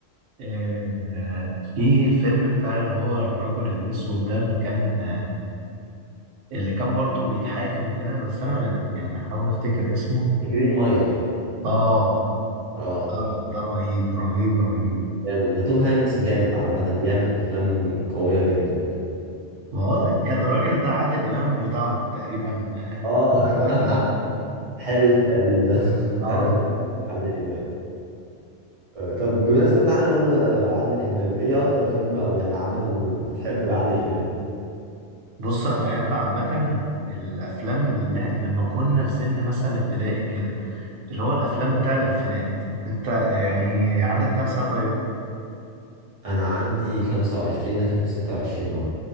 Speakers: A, on the right; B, on the right.
A: آه، في الفيلم بتاع اللي هو الرجل الأسود ده اللي كان اللي كان برضه بيتحاكم وكده بس أنا يعني أحاول أفتكر اسمه
B: جرين مايل
A: اه
B: اه
A: ده ده رهيب رهيب رهيب
B: جامد ده توم هانكس جامد عامة بيعمل افلام قوية جدا
A: ما هو كان الراجل ده عادل امام بتاعهم تقريبا آه،
B: اه <laughs>
A: الوقت ده
B: حلو التقليد ده <laughs>
A: اه
B: حلو التقليد عادل امام آه، طب بمناسبة إن احنا قلنا عادل امام ايه اكتر فيلم او يعني عمل بتحبه لعادل امام
A: بص انا بحب عامه الافلام اللي لما كنا في سن مثلا ابتدائي كده اللي هو الافلام بتاع الالفينات انت آه، يعني عندك كام سنه طيب
B: انا عندي 25 داخل في 26 اهو